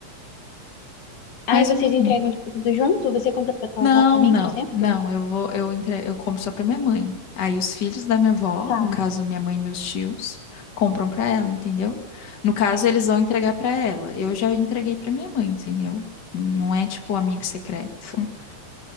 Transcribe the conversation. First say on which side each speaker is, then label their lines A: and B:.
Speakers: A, on the left; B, on the left.
A: Aí
B: Mais
A: vocês
B: um domingo.
A: entregam tipo, tudo junto? Você compra pra tua
B: Não,
A: avó também,
B: não,
A: por exemplo?
B: não. Eu vou, eu entre, eu compro só pra minha mãe. Aí os filhos da minha avó,
A: Tá,
B: no caso minha mãe e meus tios, compram pra ela, entendeu? No caso eles vão entregar pra ela. Eu já entreguei pra minha mãe, entendeu? Não é tipo amigo secreto. <laughs>